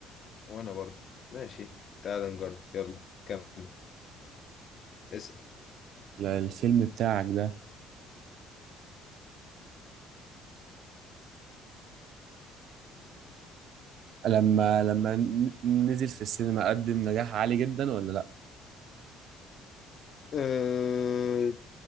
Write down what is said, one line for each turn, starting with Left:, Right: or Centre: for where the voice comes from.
Left: وأنا برضه ماشي تعال نجرب يلا كمل اسأل
Right: لا، الفيلم بتاعك ده لما لما ن- نزل في السينما قدم نجاح عالي جدا ولا لا؟
Left: أه...